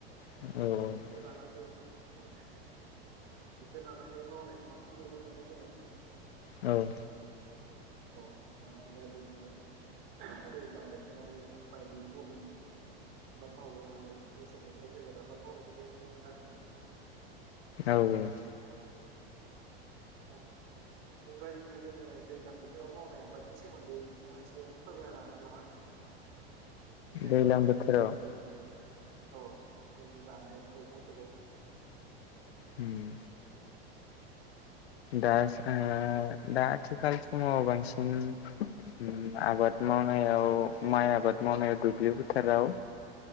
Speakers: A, on the left; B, on the right.
A: औ औ
B: जेटफोर लानानै औ बोथोर लानानै मावनायखौ बांसिन नुनो मोनो जोङो।
A: औ।
B: औ दा बेबादिनो दैज्लां बोथोराव माइ <unintelligible> आबाद मावो आरो मेसें बोथोराव बेलेग आबाद मावनायखौ जों नुनो मोनो आरोना।
A: औ औ।
B: <inaudible> बेबायदिनो जोङो दैज्लां बोथोराव मावनाय हाबादनि सोमोन्दै नोंथाङा एसे फोरमायना होनो हागोन नामा? <inaudible> जेनेबा
A: दैज्लां
B: जोंनि
A: बोथोराव
B: औ जोंनि जानाय मैगं थाइगं
A: उम‌। दा ओ दा आथिखाल समाव बांसिन उम आबाद मावनायाव माइ आबाद मावनायाव दुब्लि फोथाराव